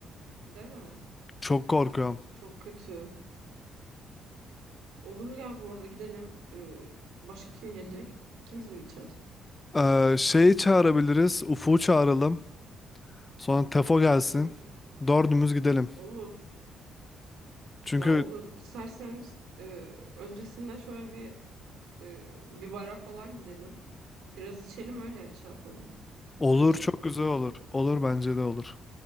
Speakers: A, on the right; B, on the left.
A: Değil mi?
B: Çok korkuyorum.
A: Çok kötü. Olur ya bu arada gidelim. Ee, başka kim gelecek? İkimiz mi gideceğiz?
B: Ee, şeyi çağırabiliriz. Ufuk'u çağıralım. Sonra Tefo gelsin.
A: Olur.
B: Dördümüz gidelim.
A: Olur.
B: Çünkü
A: Ya olur. İsterseniz e, öncesinde şöyle bir e, bir bara falan gidelim. Biraz içelim öyle şey yapalım.
B: olur
A: Geçelim
B: çok
A: filme.
B: güzel olur. Olur bence de olur.